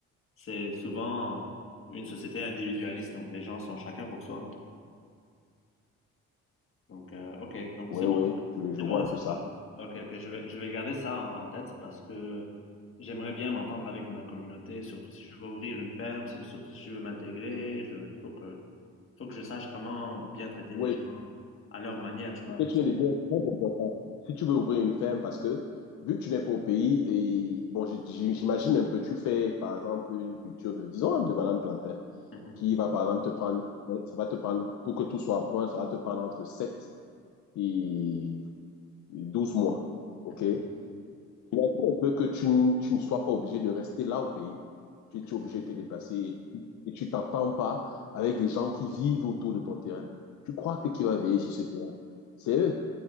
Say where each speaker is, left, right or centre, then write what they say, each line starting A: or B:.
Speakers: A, on the left; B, on the left.
A: c'est souvent une société individualiste, donc les gens sont chacun pour soi. Donc, euh, ok, donc
B: Oui,
A: c'est bon,
B: oui, je, je
A: c'est
B: vois
A: bon à
B: un
A: savoir.
B: peu ça.
A: Ok, ok, je vais, je vais garder ça en, en tête parce que j'aimerais bien m'entendre avec ma communauté, surtout si je veux ouvrir une ferme, si, surtout si je veux m'intégrer, je, il faut que, faut que je sache comment bien traiter
B: Oui,
A: les gens à leur manière, tu vois.
B: ce que
A: parce-
B: tu viens de dire est très important. Si tu veux ouvrir une ferme, parce que vu que tu n'es pas au pays, et bon, j- j- j'imagine un peu, tu fais par exemple une culture de, disons, de banane plantain,
A: Mhm,
B: qui va par exemple te prendre, ça va te prendre, pour que tout soit à point, ça va te prendre entre 7 et 12 mois. OK?
A: mhm,
B: Il a dit un peu que tu, n- tu ne sois pas obligé de rester là au pays. Tu,
A: mhm.
B: tu es obligé de te déplacer et, et tu t'entends pas avec des gens qui vivent autour de ton terrain. Tu crois que qui va veiller sur ce terrain? C'est eux.